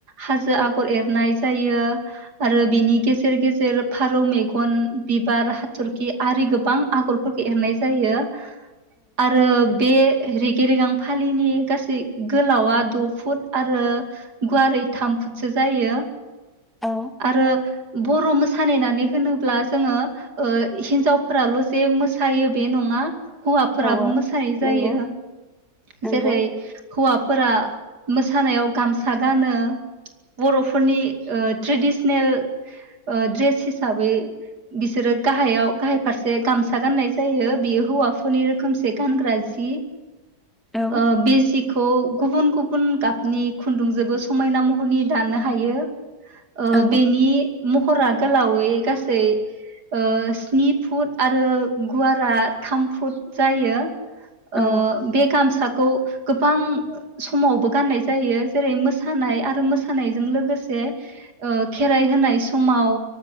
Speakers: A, on the right; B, in the centre.
A: हाजो आगर एरनाय जायो आरो बेनि गेजेर गेजेर फारौ मेगन बिबार हाथरखि आरि गोबां आगरफोरखौ एरनाय जायो। आरो बे रेगे रेगां फालिनि गासै गोलावा द' फुट आरो गुवारै थाम फुटसो जायो।
B: औ
A: आरो बर' मोसानायनानै होनोब्ला जोङो ओ हिनजावफोराल' जे मोसायो बे नङा हौवाफोराबो
B: औ
A: मोसायो जायो
B: नंगौ नंगौ
A: जेरै हौवा फोरा मोसानायाव गामसा गानो बर'फोरनि ट्रेडिसनेल ओ द्रेस हिसाबै बिसोरो गाहायाव-गाहाय फारसे गामसा गाननाय जायो बियो हौवाफोरनि रोखोमसे गानग्रा जि।
B: औ
A: ओ बे जिखौ गुबुन गुबुन गाबनि खुन्दुंजोंबो समायना महरनि दानो हायो। ओ
B: औ
A: बेनि महरा गोलावै गासै ओ स्नि फुट आरो गुवारा थाम फुट जायो। ओ
B: औ
A: बे साखौ गोबां समावबो गाननाय जायो। जेरै मोसानाय आरो मोसानायजों लोगोसे ओ खेराइ होनाय समाव